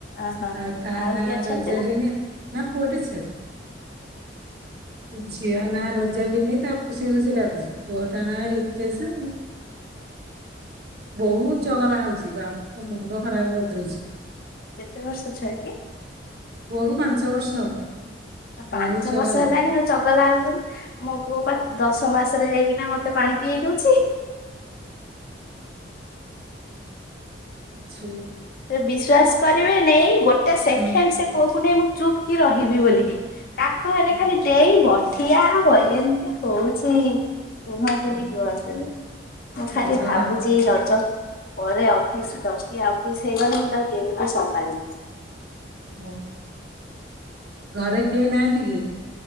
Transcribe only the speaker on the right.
ଆଉ ତାନା
ରଜାଲିନ
ନା ପୁଅଟେ ଝିଅଟେ। ଝି ଝିଅ ନା ରୋଜାଲିନି ତାକୁ ଖୁସି ଖୁସି ଡାକୁଚି ପୁଅଟା ନା ରିତେଶେ ଆଉ। ବହୁତ୍।
ଚଗଲା ହଉଛି। ବାପ ମୁଣ୍ଡ ଖରାପ କରିଦଉଛି।
ପୁଅକୁ ପାଞ୍ଚ ବର୍ଷ।
ବହୁତ ଚଗଲା
ଆଛା।
ହୁଁ,
ହଁ,
ହଁ,
ମୁଣ୍ଡ
ଖରାପ
ହଁ। ଘରେ କେହି ନାହାନ୍ତି କି?